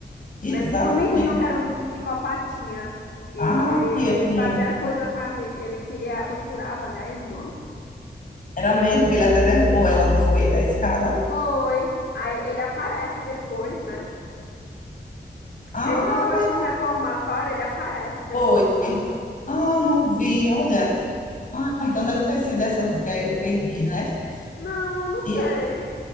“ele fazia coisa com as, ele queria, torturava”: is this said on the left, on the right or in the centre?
Left